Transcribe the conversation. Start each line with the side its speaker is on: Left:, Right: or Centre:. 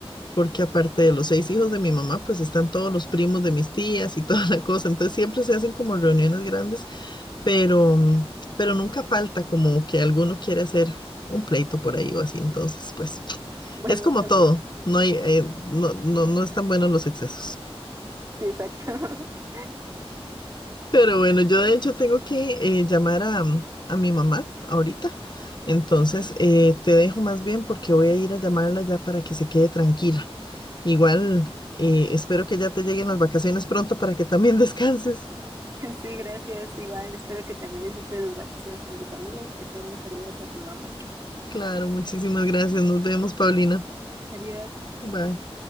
Left: porque aparte de los seis hijos de mi mamá, pues están todos los primos de mis tías y <laughs> toda la cosa. Entonces siempre se hacen como reuniones grandes, pero, mm, pero nunca falta como que alguno quiere hacer un pleito por ahí o así. Entonces, pues <tsk>
Right: Bueno,
Left: es como
Right: también.
Left: todo. No hay, eh, no, no, no están buenos los excesos.
Right: Sí, exacto. <laughs>
Left: Pero bueno, yo de hecho tengo que eh, llamar a, a mi mamá ahorita. Entonces,
Right: Ujú.
Left: eh, te dejo más bien porque voy a ir a llamarla ya para que se quede tranquila. Igual, eh, espero que ya te lleguen las vacaciones pronto para que también <laughs> descanses.
Right: Sí, gracias. Igual, espero que también disfrutes las vacaciones con tu familia y pues ahí me saludas a tu mamá.
Left: Claro, muchísimas gracias. Nos vemos, Paulina.
Right: Adiós.
Left: Bye.